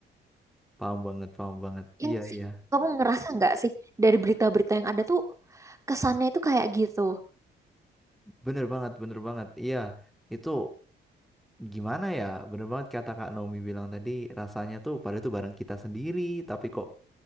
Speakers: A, in the centre; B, on the right.
A: paham banget, paham banget.
B: Yang
A: Iya,
B: sih
A: iya,
B: kamu ngerasa nggak sih dari berita-berita yang ada tuh kesannya itu kayak gitu.
A: bener banget, bener banget. Iya, itu gimana ya? Bener banget kata Kak Naomi bilang tadi, rasanya tuh pada itu barang kita sendiri, tapi kok